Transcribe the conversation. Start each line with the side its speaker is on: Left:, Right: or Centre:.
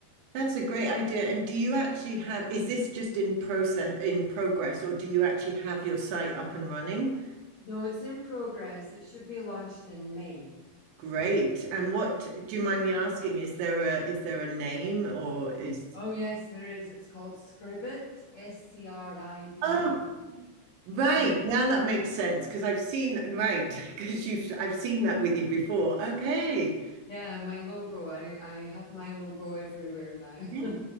Right: That's a great idea. And do you actually have, is this just in process, in progress, or do you actually have your site up and running?
Left: No, it's in progress. It should be launched in May.
Right: Great. And what, do you mind me asking, is there a is there a name or is
Left: Oh, yes, there is. It's called Scribit, S-C-R-I-B-I-T.
Right: Oh, right.
Left: And
Right: Now that makes sense because I've seen right <laughs> because you've I've seen that with you before. Okay.
Left: yeah, my logo. I, I have my logo everywhere now.
Right: Yes.
Left: <laughs>